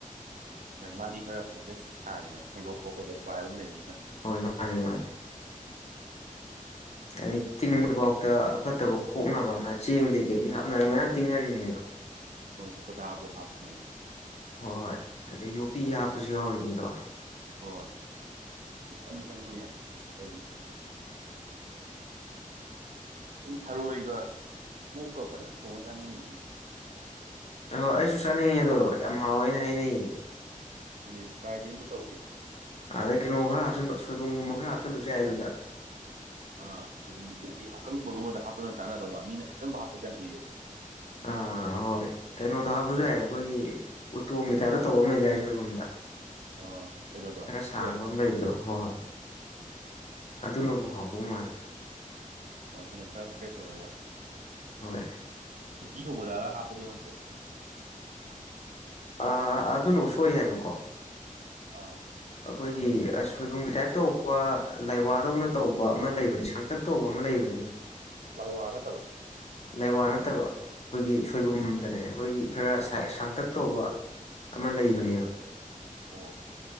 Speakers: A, on the right; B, on the left.
A: ꯍꯣꯏ ꯃꯥꯗꯤ ꯈꯔ ꯄ꯭ꯔꯣꯁꯦꯁ ꯁꯥꯡꯉꯦꯗꯅ ꯁꯦꯡꯗꯣꯛꯄ ꯈꯣꯠꯇꯣꯛꯄ ꯍꯥꯏꯕ ꯑꯃ ꯂꯩꯕꯅꯤꯅ
B: ꯍꯣꯏ ꯃꯥꯅꯦ ꯃꯥꯅꯦ ꯑꯗꯩ ꯇꯤꯡꯕꯗꯕꯥꯎꯇ ꯑꯐꯠꯇꯕ ꯀꯣꯛꯅꯕꯅ ꯆꯦꯡꯗꯩ ꯀꯩꯗꯩ ꯍꯥꯞꯅꯔꯒ ꯃꯌꯥꯝ ꯇꯤꯡꯅꯔꯤꯅꯦꯕ
A: ꯍꯣꯏ ꯁꯣꯗꯥꯕꯨ ꯍꯥꯞꯄꯅꯦ
B: ꯍꯣꯏ ꯍꯣꯏ ꯑꯗꯩ ꯌꯣꯄꯤ ꯍꯥꯞꯄꯖꯨ ꯌꯥꯎꯔꯤꯅꯤꯗꯣ
A: ꯍꯣꯏ ꯃꯈꯜ ꯃꯈꯜꯅꯤꯅꯦ <unintelligible> ꯑꯩꯗꯤ ꯊꯔꯣꯏꯒ ꯑꯣꯛꯀ ꯐꯖꯅ ꯊꯣꯡꯉ ꯆꯥꯅꯤꯡꯉꯤꯌꯦ
B: ꯑꯍꯣꯏ ꯑꯩꯁꯨ ꯆꯥꯅꯤꯡꯉꯦ ꯑꯗꯣ ꯌꯥꯝ ꯍꯥꯎꯋꯦꯅ ꯍꯥꯏꯅꯩꯌꯦ
A: ꯑꯗꯨꯅꯦ ꯇ꯭ꯔꯥꯏꯗꯤ ꯑꯝꯇ ꯇꯧꯗ꯭ꯔꯤ
B: ꯑꯗꯩ ꯀꯩꯅꯣ ꯈꯔ ꯍꯥꯞꯆꯟꯕ ꯁꯣꯏꯕꯨꯝꯒꯨꯝꯕ ꯈꯔ ꯍꯥꯞꯆꯜꯂꯖꯨ ꯌꯥꯏ ꯑꯗꯨꯗ
A: ꯑ ꯁꯣꯏꯕꯨꯝ ꯍꯥꯏꯗꯤ ꯑꯀꯪꯕꯒꯨꯝꯕꯗ ꯍꯥꯞꯄꯅ ꯆꯥꯟꯅꯗꯧ ꯃꯥꯜꯂꯤ ꯃꯤꯅ ꯑꯀꯪꯕ ꯍꯥꯞꯄꯖꯦ ꯌꯥꯝ ꯎꯨꯏꯌꯦ
B: ꯑꯥ ꯍꯣꯏ ꯀꯩꯅꯣꯗꯣ ꯍꯥꯞꯄꯖꯨ ꯌꯥꯏ ꯑꯩꯈꯣꯏꯒꯤ ꯎꯇꯣꯡꯒꯤ ꯇꯥꯏꯞꯇ ꯇꯧꯕ ꯑꯝ ꯂꯩꯗꯥꯏ ꯁꯣꯏꯕꯨꯝꯗ
A: ꯑꯥ ꯀꯩꯅꯣꯗꯣ
B: ꯈꯔ
A: ꯎꯁꯣꯏ
B: ꯁꯥꯡꯕ ꯑꯝ ꯂꯩꯕꯗꯣ ꯍꯣ ꯍꯣꯏ ꯑꯗꯨꯅꯕꯨ
A: ꯎꯁꯣꯏ
B: ꯍꯥꯎꯗꯧ ꯃꯥꯜꯂꯦ
A: ꯑꯣ ꯑꯗꯨꯅ ꯈꯔ ꯐ꯭ꯔꯦꯁ ꯑꯣꯏꯔꯒ
B: ꯍꯣꯏ
A: ꯎꯇꯤ ꯊꯣꯡꯕꯗꯒ ꯍꯥꯞꯄꯗꯣ ꯅꯠꯇꯣ
B: ꯑ ꯑꯗꯨꯅ ꯁꯣꯏ ꯍꯥꯏꯕꯀꯣ
A: ꯑꯥ
B: ꯑꯈꯣꯏꯒꯤ ꯑꯁ ꯁꯣꯏꯕꯨꯝꯒꯤ ꯇꯥꯏꯞ ꯇꯧꯕ ꯂꯥꯏꯋꯥꯗꯧꯅ ꯇꯧꯕ ꯑꯃ ꯂꯩꯕꯅꯤ ꯁꯥꯡꯇꯛ ꯇꯧꯕ ꯑꯃ ꯂꯩꯕꯅꯤꯅꯦ꯫
A: ꯂꯥꯏ ꯋꯥꯅꯠꯇꯂꯣ
B: ꯂꯩꯋꯥ ꯅꯠꯇꯕ ꯑꯩꯈꯣꯏꯒꯤ ꯁꯣꯏꯕꯨꯝꯗꯅꯦ ꯑꯩꯈꯣꯏꯒꯤ ꯈꯔ ꯁꯥꯡꯇꯛ ꯇꯧꯕ ꯑꯃ ꯂꯩꯕꯅꯦꯕ
A: ꯑꯣ